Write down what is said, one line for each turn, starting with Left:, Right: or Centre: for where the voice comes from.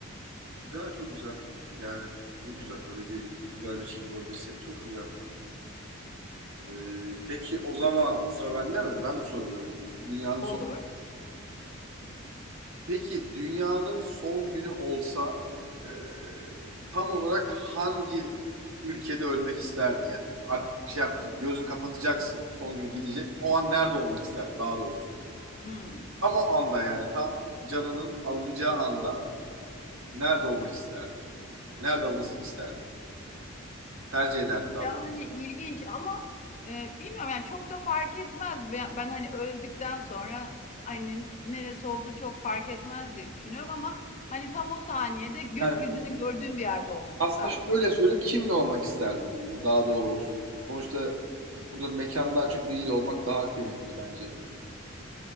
Right: Güzel, çok güzel. Yani ne güzel. Öyle bir güzel bir çift bulabilirsek çok güzel. E, peki o zaman sıra bende mi? Ben mi soruyorum? Dünyanın
Left: Olur.
Right: sonunda Peki dünyanın son günü olsa e, tam olarak hangi ülkede ölmek isterdin? Yani artık şey yap ki gözün kapatacaksın. Son gün gidecek. O an nerede olmak isterdin daha doğrusu?
Left: Hmm.
Right: Tam o anda yani tam canının alınacağı anda nerede olmak isterdin? Nerede alınsın isterdin? Tercih ederdin daha
Left: Yani
Right: doğrusu.
Left: ilginç ama e, bilmiyorum yani çok da fark etmez. Ben, ben hani öldükten sonra hani neresi olduğu çok fark etmez diye düşünüyorum ama hani tam o saniyede gökyüzünü
Right: Yani
Left: gördüğüm bir yerde olmak
Right: aslında
Left: isterdim
Right: şöyle söyleyeyim kimle olmak isterdin diyeyim de daha doğru olsun. Sonuçta burada mekandan çok biriyle olmak daha kıymetli bence.